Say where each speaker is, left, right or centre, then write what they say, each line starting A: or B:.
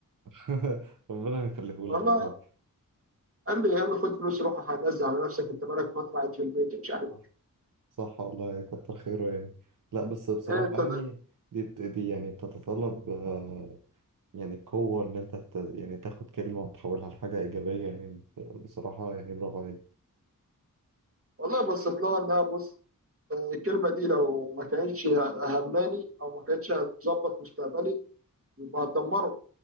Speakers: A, on the right; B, on the right.
A: <laughs> ربنا يخليهولك
B: <laughs> والله
A: يا رب
B: قال لي يلا خد فلوس روح هنزل على نفسك انت مالك ما طلعت في البيت مش عارف
A: صح صح والله كتر خيره يعني لا بس بصراحة
B: إيه انت ده؟
A: يعني دي بت- دي يعني بتتطلب آه، يعني قوة إن أنت ت- يعني تاخد كلمة وتحولها لحاجة إيجابية يعني ب- بصراحة يعني برافو عليك
B: والله بصيت لها انها بص الكلمة دي لو ما كانتش هماني أو ما كانتش هتظبط مستقبلي يبقى هتدمره